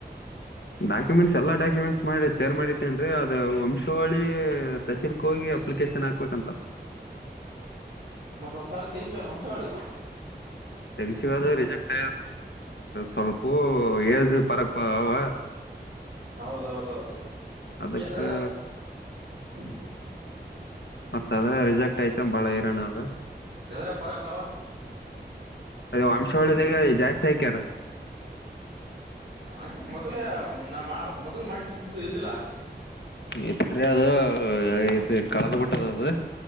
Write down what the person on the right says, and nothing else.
ಮತ್ತ ಒಂದ್ಸಾಲ ತಗಸ್ಲ ವಂಶವಳ್ಳಿ
ಹೌದೌದೌದು
ಎದರ <unintelligible>
ಎದ್ರೆ ಪರಕ್ಕವಾ
ಹ ಮೊದಲ ನಾ ಮೊದ್ಲು ಮಾಡಿಸಿದ್ದ ಇದಿಲ್ಲ